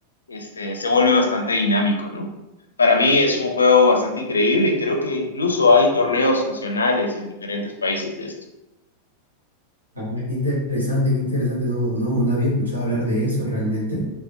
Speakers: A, on the left (about 75°); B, on the right (about 80°).
A: este, se vuelve bastante dinámico, ¿no? Para mí es un juego bastante increíble y creo que incluso hay torneos nacionales en diferentes países de esto.
B: Ah, qué interesante, qué interesante. No, no, no había escuchado hablar de eso realmente,